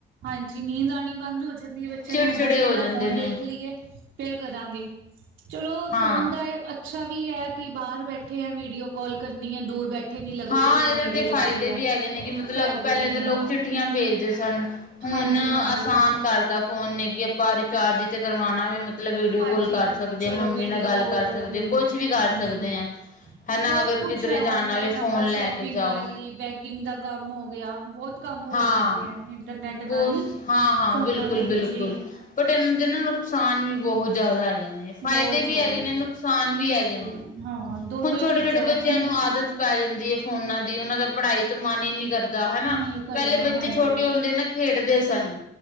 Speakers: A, on the right (about 75°); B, on the left (about 45°).
A: ਹਾਂਜੀ, ਨੀਂਦ ਆਣੀ ਬੰਦ ਹੋ ਜਾਂਦੀ ਏ, ਬੱਚਿਆਂ
B: ਚਿੜਚਿੜੇ
A: ਨੂੰ ਹੁੰਦਾ ਸੀ
B: ਹੋ
A: ਪਹਿਲਾਂ
B: ਜਾਂਦੇ
A: ਅਸੀਂ ਫੋਨ
B: ਨੇ
A: ਦੇਖ ਲਈਏ। ਫੇਰ ਕਰਾਂਗੇ, ਚਲੋ
B: ਹਾਂ।
A: ਫੋਨ ਦਾ ਅੱਛਾ ਵੀ ਹੈ। ਕਈ ਬਾਹਰ ਬੈਠੇ ਆ, ਵੀਡੀਓ ਕਾਲ ਕਰਨੀ ਏ, ਦੂਰ ਬੈਠੇ ਨੀ ਲੱਗਦੇ
B: ਹਾਂ
A: ਚਲੋ
B: ਇਹਦੇ
A: ਨੇੜੇ
B: ਦੇ ਫਾਇਦੇ
A: ਲੱਗਦੇ ਆ।
B: ਵੀ ਹੈਗੇ ਨੇ ਕਿ ਮਤਲਬ
A: ਫਾਇਦੇ
B: ਪਹਿਲੇ
A: ਵੀ
B: ਤਾਂ
A: ਹੈ
B: ਲੋਕ ਚਿੱਠੀਆਂ ਭੇਜਦੇ ਸਨ, ਹੁਣ
A: ਹਾਂਜੀ
B: ਆਸਾਨ
A: ਹਾਂਜੀ
B: ਕਰਤਾ। ਫੋਨ ਨੇ ਕਿ ਆਪਾਂ ਰਿਚਾਰਜ ਤੇ ਵੀ ਕਰਵਾਣਾ ਵੇ। ਮਤਲਬ ਵੀਡੀਓ
A: ਹਾਂਜੀ
B: ਕਾਲ ਕਰ ਸਕਦੇ
A: ਚਲੋ
B: ਆ, ਮੰਮੀ
A: ਵੀਡੀਓ
B: ਨਾਲ ਗੱਲ
A: ਕੋਲ
B: ਕਰ
A: ਹੋ
B: ਸਕਦੇ
A: ਗਈ
B: ਕੁੱਛ ਵੀ ਕਰ
A: ਹਾਂਜੀ
B: ਦੇਆ ਹੈਨਾ
A: ਬਹੁਤ
B: ਅਗਰ
A: ਕੁਛ
B: ਕਿਧਰੇ
A: ਹੈ
B: ਜਾਣਾ
A: ਔਨਲਾਈਨ
B: ਵੀ
A: ਆਪਾਂ
B: ਫੋਨ ਲੈ
A: ਸ਼ੋਪਿੰਗ
B: ਕੇ ਜਾਓ।
A: ਕਰ ਲਈ ਬੈਂਕਿੰਗ ਦਾ ਕੰਮ ਹੋ ਗਿਆ ਬਹੁਤ ਕੰਮ ਹੋ
B: ਹਾਂ।
A: ਜਾਂਦੇ ਏ, ਇੰਟਰਨੈਟ ਨਾਲ
B: ਬਹੁਤ
A: ਹੀ,
B: ਹਾਂ-ਹਾਂ
A: ਫੋਨਾਂ
B: ਬਿਲਕੁਲ-ਬਿਲਕੁਲ।
A: ਦੇ ਵਿੱਚ ਹੀ
B: ਬਟ ਇਹਨਾਂ ਦੇ ਨਾ ਨੁਕਸਾਨ ਵੀ ਬਹੁਤ ਜ਼ਿਆਦਾ ਹੈਗੇ ਨੇ। ਫਾਇਦੇ
A: ਬਹੁਤ ਜ਼ਿਆਦਾ
B: ਵੀ ਹੈਗੇ ਨੇ, ਨੁਕਸਾਨ ਵੀ ਹੈਗੇ ਨੇ,
A: ਹੈ ਹਾਂ ਦੋਨੋ
B: ਹੁਣ
A: ਹੀ
B: ਛੋਟੇ-ਛੋਟੇ
A: ਚੀਜ਼ਾਂ
B: ਬੱਚਿਆਂ
A: ਹੈ
B: ਨੂੰ ਆਦਤ ਪੈ ਜਾਂਦੀ ਏ ਫੋਨਾਂ ਦੀ, ਉਹਨਾਂ ਦਾ ਪੜ੍ਹਾਈ ਤੋਂ ਮਨ ਹੀ ਨਹੀਂ ਕਰਦਾ ਹੈਨਾ,
A: ਨਹੀਂ ਕਰਦਾ
B: ਪਹਿਲੇ ਬੱਚੇ
A: ਹਾਂਜੀ
B: ਛੋਟੇ ਹੁੰਦੇ ਨਾ ਖੇਡਦੇ ਸਨ।